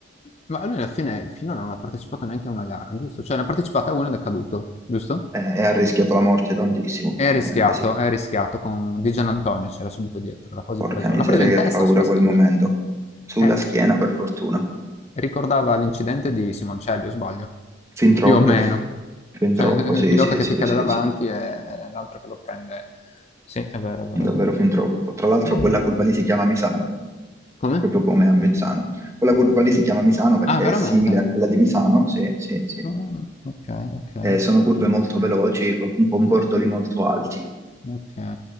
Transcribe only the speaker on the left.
Ma lui alla fine finora non ha partecipato neanche a una gara, giusto? Cioè ne ha partecipato a una ed è caduto, giusto?
È rischiato,
è rischiato con Di Gianantonio, c'era subito dietro, che l'ha quasi
preso.
L'ha preso in
testa
o sulla schiena?
Eh,
ricordava l'incidente di Simoncelli, o sbaglio?
Più o meno.
Cioè,
il pilota
che
ti cade
davanti
e l'altro che lo prende. Sì, è vero, è vero,
è vero.
Mm.
Come?
Ah, veramente?
Ah, ok, ok.
ho
capito.
Ok.